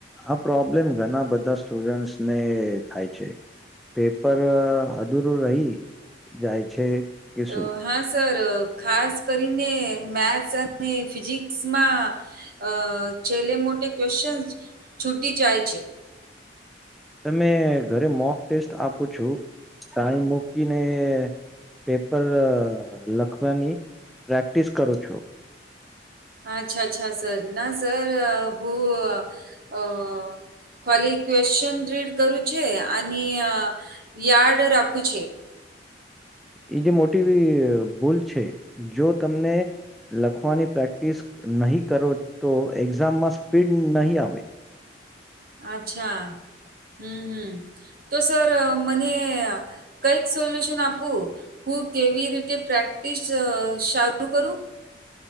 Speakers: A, in the centre; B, on the right.
A: આ પ્રોબ્લેમ ઘણા બધા સ્ટુડન્ટસ ને થાય છે. પેપર અધૂરું રહી જાય છે. કે
B: તો
A: શું
B: હા સર ખાસ કરીને મેથ્સ અને ફિઝિક્સમાં અ છેલ્લે મોટે ક્વેશચન છૂટી જાય છે.
A: તમે ઘરે મોક ટેસ્ટ આપું છું ટાઈમ મૂકીને પેપર લખવાની પ્રેક્ટિસ કરો છો.
B: અચ્છા અચ્છા સર ના સર હું અ ખાલી ક્વેશ્ચન રીડ કરું છે અને યાર્ડ રાખું છે.
A: એ જે મોટી એવી ભૂલ છે જો તમને લખવાની પ્રેક્ટિસ નહી કરો તો એક્ઝામમાં સ્પીડ નહીં આવે.
B: અચ્છા હમ હમ તો સર મને કંઈક સોલ્યુશન આપું હું કેવી રીતે પ્રેક્ટિસ શરું કરું?